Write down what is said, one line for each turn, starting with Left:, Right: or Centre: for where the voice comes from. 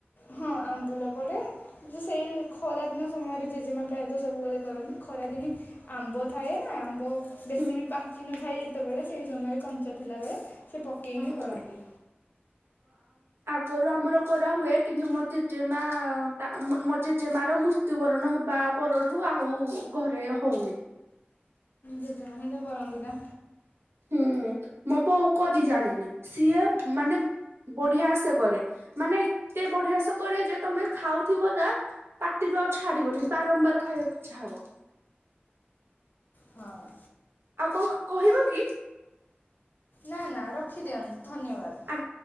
Left: ହଁ ଆମ୍ବୁଲ ପଡ଼େ। ଯେ ସେଇ ଖରାଦିନ ସମୟରେ ଜେଜେମା ପ୍ରାୟତଃ ସବୁବେଳେ କରନ୍ତି। ଖରାଦିନେ ଆମ୍ବ ଥାଏ ନା ଆମ୍ବ ବେଶୀ
Right: ହୁଁ
Left: ବି ପାଚି ନଥାଏ ଯେତେବେଳେ ସେଇ ସମୟରେ କଞ୍ଚା ଥିଲାବେଳେ ସେ ପକେଇକି
Right: ଓହୋ
Left: କରନ୍ତି।
Right: ଆଗରୁ ଆମର କରାହୁଏ। କିନ୍ତୁ ମୋ ଜେଜେ ମା ତା ମୋ ଜେଜେମାର ମୁ ମୃତ୍ୟୁବରଣ ହେବା ପରଠୁ ଆଉ ଘରେ ହଉନି।
Left: ଜେଜେମା ହିଁ ତ କରନ୍ତି ନା।
Right: ହୁଁ ମୋ ବୋଉ କରି ଜାଣିନି। ସିଏ ମାନେ ବଢି଼ଆସେ କରେ। ମାନେ ଏତେ ବଢି଼ଆସେ କରେ ଯେ ତମେ ଖାଉଥିବ ନା ପାଟିରୁ ଆଉ ଛାଡି଼ବନି ବାରମ୍ବାର ଖାଇବାକୁ ଇଛା ହବ।
Left: ହଁ।
Right: ଆଉ କଁ କହିବ କି?
Left: ନାଁ ନାଁ ରଖିଦିଅନ୍ତୁ ଧନ୍ୟବାଦ।
Right: ଆ